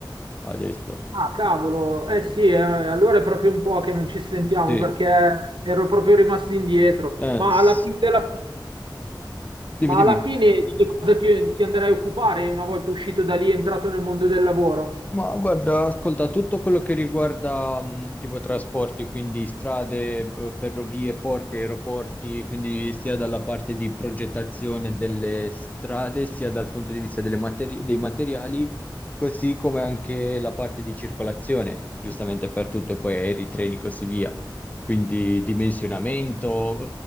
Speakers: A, on the left; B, on the right.
A: Adesso.
B: Ah, cavolo,
A: Mm.
B: eh sì, eh, allora è proprio un po' che non ci sentiamo
A: Sì.
B: perché ero proprio rimasto indietro,
A: Eh,
B: ma
A: s-
B: alla fine della,
A: dimmi,
B: Ma
A: dimmi.
B: alla fine di che cosa ti, ti andrai a occupare una volta uscito da lì e entrato nel mondo del lavoro?
A: Ma guarda, ascolta, tutto quello che riguarda mh, tipo trasporti, quindi strade, eh, ferrovie, porti, aeroporti, quindi sia dalla parte di progettazione delle strade, sia dal punto di vista delle materi- dei materiali, così come anche la parte di circolazione, giustamente per tutto, poi aerei, treni, così via. Quindi dimensionamento,